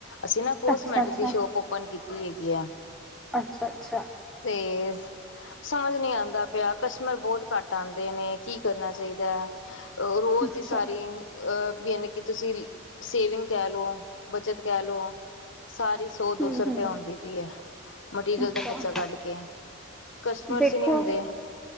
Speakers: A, on the left (about 70°); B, in the centre.
A: ਅਸੀਂ ਨਾ ਕੋਸਮੈਟਿਕ
B: ਅੱਛਾ ਅੱਛਾ
A: ਦੀ ਸ਼ੋਪ ਔਪਨ ਕੀਤੀ ਹੈਗੀ ਆ।
B: ਅੱਛਾ ਅੱਛਾ
A: ਤੇ ਸਮਝ ਨੀ ਆਂਦਾ ਪਿਆ। ਕਸਟਮਰ ਬਹੁਤ ਘੱਟ ਆਂਦੇ ਨੇ, ਕੀ ਕਰਨਾ ਚਾਹੀ? ਦਾ। ਰੋਜ਼
B: ਅੱਛਾ
A: ਦੀ ਸਾਰੀ ਅ ਬੀ ਯਾਨੀ ਕੀ ਤੁਸੀਂ ਸੇਵਿੰਗ ਕਹਿ ਲੌ, ਬੱਚਤ ਕਹਿ ਲੌ। ਸਾਰੀ ਸੌ-ਦੋਸੌ
B: ਹਮ
A: ਰੁਪਆ
B: ਹਮ
A: ਆਂਦੀ ਪਈ ਐ। ਮਟੀਰੀਅਲ
B: ਅੱਛਾ
A: ਦਾ ਖਰਚਾ ਕੱਢ ਕੇ। ਕਸਟਮਰਸ
B: ਦੇਖੋ
A: ਹੀ ਨੀ ਹੁੰਦੇ।